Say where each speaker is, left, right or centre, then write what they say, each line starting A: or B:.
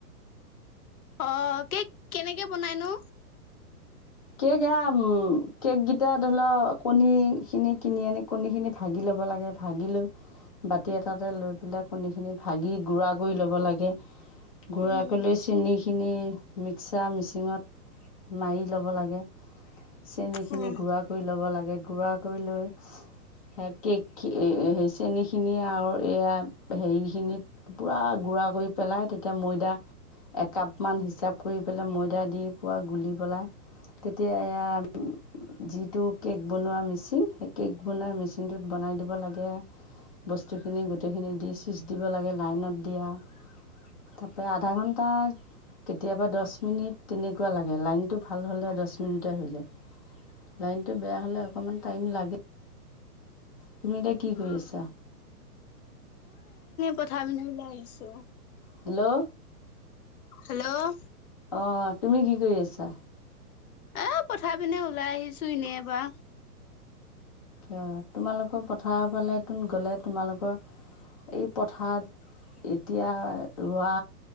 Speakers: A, on the left; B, on the left.
A: অহ কেক কেনেকে বনাইনো?
B: কেক এয়া উম কেক গিটা ধৰিলও কণী খিনি কিনি আনি কণী খিনি ভাগি ল'ব <unintelligible> লাগে ভাগি লৈ বাতি এটাতে লৈ পেলাই কণী খিনি ভাগি গুড়া কৰি ল'ব লাগে গুৰাাক
A: উম
B: লৈ চেনিখিনি, মিক্সাৰ মিচিঙত মাৰি ল'ব লাগে চেন খিনি
A: উম
B: গুড়া কৰি লব লাগে, গুড়া কৰি লৈ সে কেক সেই, চেনী খিনি আৰু, এয়া হেৰি খিনি পুৰা গু পুৰা কৰি পেলাই তেতিয়া ময়দা একাপ মান হিচাপ কৰি পেলাই ময়দা দি পোৱা গুলি পেলাই তেতিয়া এয়া যিটো কেক বনোৱা মেচিন, সেই কেক বনোৱা মেচিনটোত বনাই দিব লাগে বস্তুখিনি গোটেইখিনি দি ছিচ দিব লাগে, লাইনত দিয়া তাৰাপৰা আধা ঘণ্টা কেতিয়াবা দহ মিনিট তেনেকুৱা লাগে, লাইনতটো ভাল হলে দচ পছ মিনিটে হৈ যায়, লাইনটো বেয়া হ'লে অকণমান টাইম লাগে তুমি এতিয়া কি কৰি
A: অ
B: আছা?
A: কথা পিন্ধি ওলাই আহিছো।
B: হেল্ল'
A: হেল্ল'
B: অ' তুমি কি কৰি আছা?
A: এ পঠাই পিনে ওলাই আহিছো এনেই বা
B: অ', তোমালোকৰ পথাৰ ফালে তোন গলে তোমালোকৰ এই পথাৰত এতিয়া ৰোৱা